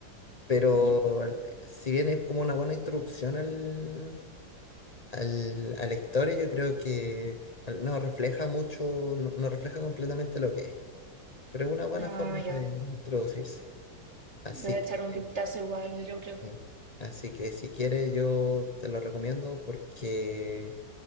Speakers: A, on the left (about 50°); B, on the right (about 45°).
A: pero
B: Ujú.
A: si bien es como una buena introducción al, al- a la historia, yo creo que no refleja mucho, no, no refleja completamente lo que es, pero es una buena
B: Ah,
A: forma
B: ya.
A: de introducirse. Así
B: Voy a
A: que,
B: echar un vistazo igual, yo creo.
A: eh, así que si quieres yo te lo recomiendo porque